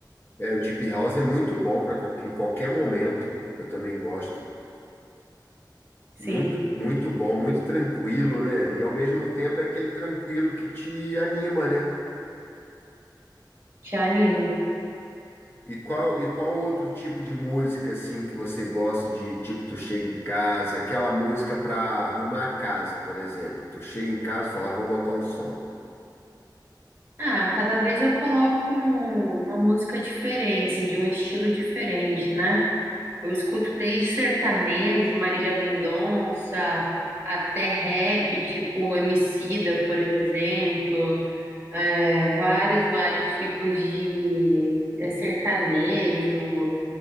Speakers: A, on the left; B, on the right.
A: É, o Deep House é muito bom para em qualquer momento. Eu também gosto.
B: Sim,
A: Muito, muito bom, muito tranquilo, né? E ao mesmo tempo é aquele tranquilo que te anima, né?
B: te anima.
A: E qual, e qual outro tipo de música assim que você gosta de, tipo, tu chega em casa, aquela música para arrumar a casa, por exemplo. Tu chega em casa e fala, "Ah, vou botar um som.
B: Ah, cada vez eu coloco um- uma música diferente, assim, de um estilo diferente, né? Eu escuto desde sertanejo, Marília Mendonça, até rap, tipo Emicida, por exemplo, é, vários, vários tipos de, de sertanejo.